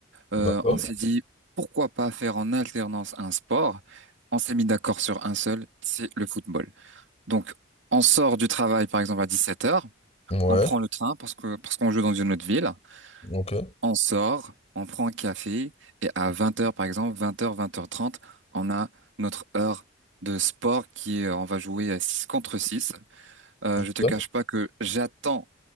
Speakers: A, on the right; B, on the left.
A: Euh,
B: D'accord.
A: on s'est dit pourquoi pas faire en alternance un sport. On s'est mis d'accord sur un seul, c'est le football. Donc, on sort du travail, par exemple, à dix-sept heures,
B: Ouais,
A: on prend le train parce que, parce qu'on joue dans une autre ville,
B: ok.
A: on sort, on prend un café, et à vingt heures par exemple, vingt heures vingt heures trente, on a notre heure de sport qui est, on va jouer à 6 contre 6. Euh,
B: ok.
A: je te cache pas que j'attends